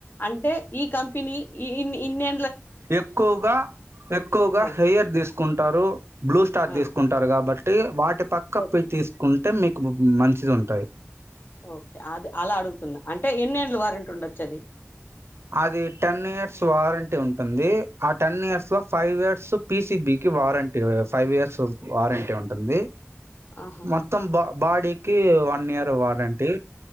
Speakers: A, on the left (about 45°); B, on the right (about 60°).
A: అంటే ఈ కంపెనీ ఇ ఇన్నే
B: ఎక్కువగా ఎక్కువగా
A: ఆ
B: హెయర్ తీసుకుంటారు, బ్లూ స్టార్
A: ఆ
B: తీసుకుంటారు కాబట్ వాటి పక్క
A: ఓకే
B: పొయి తీసుకుంటే అంటే మీకు మంచిది ఉంటాయి
A: ఓకే అది అలా అడుగుతున్నా అంటే ఎన్నేళ్లు వారంటీ ఉండొచ్చు అది?
B: అది టెన్ ఇయర్స్ వారంటీ ఉంటుంది ఆ టెన్ ఇయర్స్
A: ఓకే.
B: లో ఫైవ్ ఇయర్స్ పిసిబికి వారంటీ ఫైవ్ ఇయర్స్ వారంటీ ఉంటుంది.
A: ఆహా
B: మొత్తం బా బాడీకి వన్ ఇయర్ వారంటీ